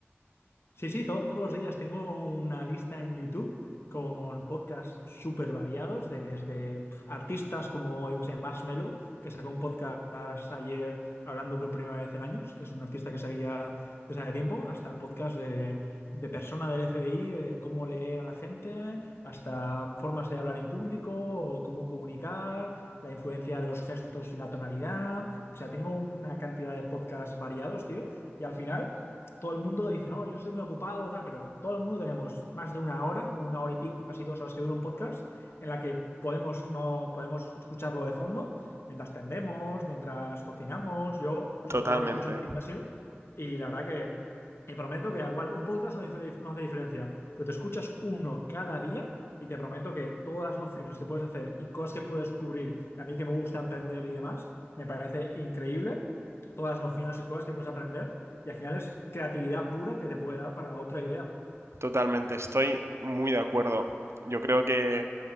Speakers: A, on the left; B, on the right.
A: Sí, sí, to- todos los días tengo una lista en YouTube con podcasts súper variados, desde pf, artistas como, yo que sé, Marshmello, que sacó un podcast ayer hablando por primera vez en años, que es un artista que seguía desde hace tiempo, hasta podcast de, de persona del FBI, de cómo leer a la gente, hasta formas de hablar en público o cómo comunicar, la influencia de los gestos y la tonalidad. O sea, tengo una cantidad de podcasts variados, tío. Y al final todo el mundo dice, no, yo estoy muy ocupado, tal, pero todo el mundo tenemos más de una hora, o una hora y pico, casi dos horas que dura un podcast, en la que podemos, no, podemos escucharlo de fondo mientras tendemos, mientras cocinamos. Yo, sobre
B: Totalmente,
A: todo, lo escucho en el gimnasio y la verdad que te prometo que, al igual, un podcast no, dife- no hace diferencia, pero te escuchas uno cada día. Y te prometo que todas las nociones que puedes hacer y cosas que puedes cubrir, y a mí que me gusta emprender y demás, me parece increíble todas las nociones y cosas que puedes aprender. Y al final es creatividad pura que te puede dar para otra idea.
B: totalmente, estoy muy de acuerdo. Yo creo que